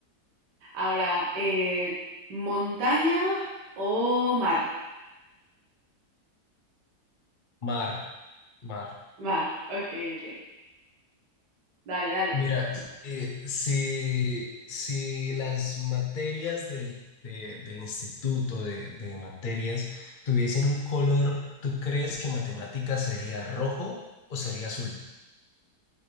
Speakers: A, on the right (about 80°); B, on the left (about 35°).
A: Ahora, eh, montaña o mar.
B: Mar, mar.
A: Mar, ok, ok. Dale, dale.
B: Mira, eh, si, si las materias del, de- del instituto de, de materias tuviesen un color, ¿tú crees que matemáticas sería rojo o sería azul?